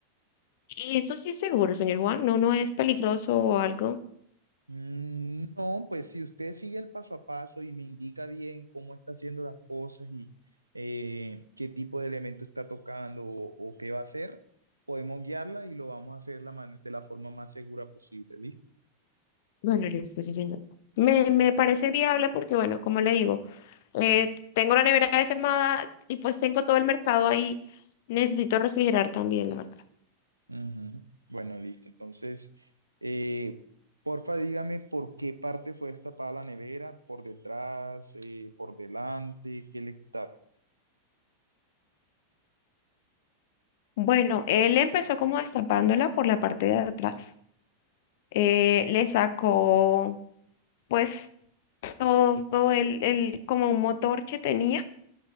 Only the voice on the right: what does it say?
Mm, No, pues si usted sigue el paso a paso y me indica bien cómo está haciendo las cosas y eh, qué tipo de elemento está tocando o, o qué va a hacer, podemos guiarla y lo vamos a hacer la man- de la forma más segura posible, ¿listo?
Ujú. Bueno, listo. Entonces, eh, porfa, dígame por qué parte fue destapada la nevera, por detrás, eh, por delante, qué le quitaron.